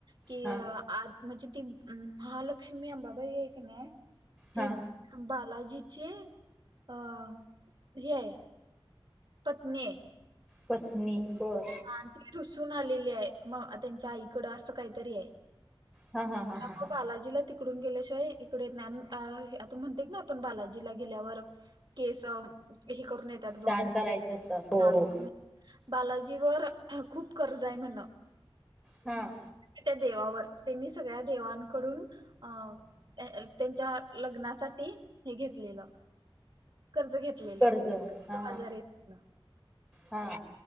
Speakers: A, on the right; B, in the centre.
A: की
B: हा
A: आत म्हणजे ती महालक्ष्मीबाबा हे क नाही ते.
B: हा
A: बालाजीचे अ हे हाय. पत्नी हाय.
B: पत्नी होय.
A: आ ती रुसून आलेली आहे मग त्यांच्या आईकडं असं काहीतरी आहे.
B: हा हा हा हा
A: आपलं
B: हा
A: बालाजीला ती. इकडून गेल्याशिवाय इकडे येत नाही आन अ हे म्हणते ना आपण बालाजीला गेल्यावर. केस हे करून येतात बघ
B: दान करायचे असतात हो
A: दान
B: हो
A: करून येत्यात. बालाजीवर खूप कर्ज आहे म्हण
B: ह
A: ते त्या देवावर त्यांनी सगळ्या देवांकडून अ त्या त्यांच्या लग्नासाठी हे घेतलेलं कर्ज घेतलेलं
B: कर्ज
A: आणि ते कर्ज
B: हा हा
A: बाजरी आहेत.
B: हा